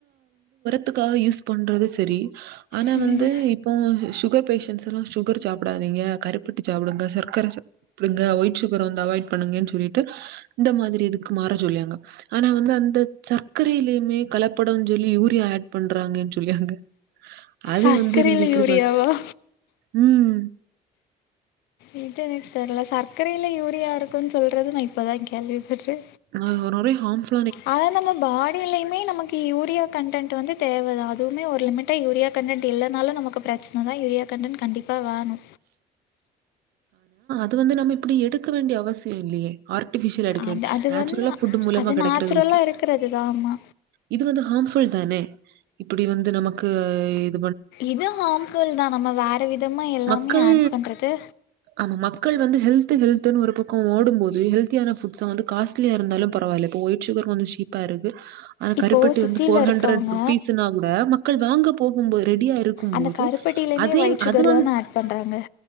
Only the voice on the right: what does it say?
துக்காக யூஸ் பண்றது செரி ஆனா
வந்து இப்போ சுகர் பேஷன்ஸ்ல்லா சு கர் சாப்டாதீங்க கருப்பட்டி சாப்டுங்க சர்க்கர சாப்டுங்க ஒயிட் சுகர வந்து அவாய்ட் பண்ணுங்கனு சொல்லிட்டு இந்த மாரி இதுக்கு மாற சொல்லியாங்க ஆனா வந்து அந்த சர்க்கரயிலயுமே கலப்படனு சொல்லி யூரியா ஆட் பண்றாங்கனு சொல்லியாங்க அது
வந்து நீங்க எப்டி
பா உம்
ஆஹ் நொ நொரை ஹாம்ஃபு
து வந்து நம்ம இப்டி எடுக்க வேண்டிய அவஸ் ல்லியே ஆர்டிபிஷியலா எடுக்க
வே
நேச்சுரலா
ஃபுட் மூலமா
கெடைக்கிறது
ஓகே
இது வந்து ஹாம்ஃபுல் தானே இப்டி வந்து நம்ம நமக்கு க்கு
மக்கள்
ஆமா மக்கள் வந்து ஹெல்து ஹெல்துனு ஒரு பக்கோ ஓடும்போது ஹெல்த் தியான ஃபுட் ஸ் அ வந்து காஸ்லியா இருந்தாலு பரவால்ல இப்ப ஒயிட் சுகர் கொஞ்சோ சீப்பா இருக்கு ஆனா
கருப்பட்டி
வந்து போர்
ஹண்ரெட் ரூபீஸ்னா கூட மக்கள் வாங்க போகும்போ ரெடியா இருக்கும்போது
அதயே
அது வந்